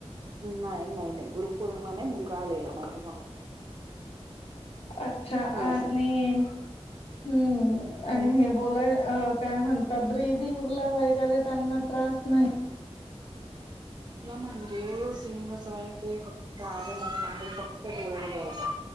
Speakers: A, on the right; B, on the left.
A: नाई नाई नाई, गुरुपौर्णिमा नाई, मुलगा आलेला नव्हता म्हणून.
B: अच्छा
A: मुलासाठी
B: आणि हम्म आणि
A: हम्म
B: हे बोलाय काय म्हणता, ब्रिदिंगला वगैरे त्यांना त्रास नई.
A: तिथलं म्हणजे सीन कसा ए, ते फक्त आहे म्हणून आ ते फक्त डोळे हालवता